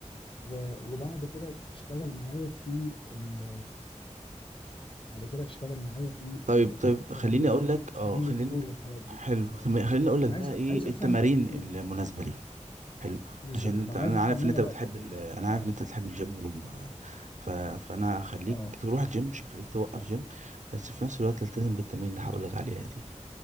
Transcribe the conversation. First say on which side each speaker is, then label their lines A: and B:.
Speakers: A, on the left; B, on the right.
A: و- وبعد كده اشتغل معايا في ال... بعد كده اشتغل معايا في
B: طيب
A: ال-
B: طيب خليني
A: تمارين الكور
B: اقول لك اه
A: تمارين
B: خليني
A: الكور والحاجات دي
B: حلو
A: اه
B: تمام خليني اقول لك
A: انا عايز
B: بقى ايه
A: عايز افهم
B: التمارين
A: مم.
B: المناسبه ليها حلو
A: بالظبط
B: عشان انت
A: ما انا
B: انا
A: عايز افهم
B: عارف
A: منك
B: ان انت بتحب
A: بقى الحته
B: ال...
A: دي بقى
B: انا عارف
A: اه
B: ان انت بتحب الجيم و... ف... فانا هخليك
A: اه
B: تروح الجيم مش هخليك توقف جيم بس في نفس الوقت تلتزم بالتمارين اللي هقول لك عليها دي